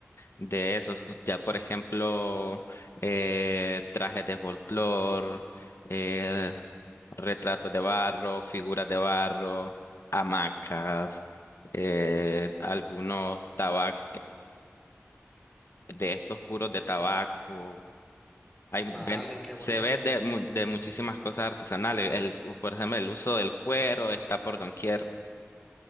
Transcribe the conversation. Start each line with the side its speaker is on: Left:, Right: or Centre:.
Left: de esos. Ya por ejemplo, eh, trajes de folclore, eh, retratos de barro, figuras de barro, hamacas, eh, algunos tabacos de estos puros de tabaco. Hay,
Centre: Vale,
Left: ven-
Centre: qué
Left: se
Centre: bueno.
Left: ve de, mu- de muchísimas cosas artesanales. El, por ejemplo, el uso del cuero está por doquier.